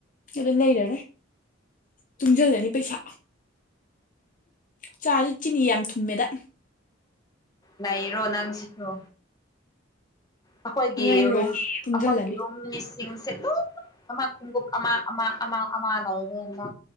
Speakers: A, on the left; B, on the left.
A: ꯑꯗꯨꯗ ꯂꯩꯔꯔꯣꯏ ꯇꯨꯡꯖꯤꯜꯂꯅꯤ ꯄꯩꯁꯥ ꯆꯥꯥꯁ ꯆꯤꯅꯤ ꯌꯥꯝ ꯊꯨꯝꯃꯦꯗ
B: ꯂꯩꯔꯣ ꯅꯪ ꯁꯤꯁꯨ ꯑꯩꯈꯣꯏꯒꯤ
A: ꯂꯩꯔꯣꯏ
B: ꯔꯨꯝ
A: ꯇꯨꯡꯖꯜꯂꯅꯤ
B: ꯑꯩꯈꯣꯏꯒꯤ ꯔꯨꯝ ꯂꯤꯁꯤꯡꯁꯦ ꯂꯣꯏ ꯑꯃ ꯈꯣꯡꯎꯞ ꯑꯃ ꯑꯃ ꯑꯃ ꯑꯃ ꯂꯩꯔꯦ ꯑꯗ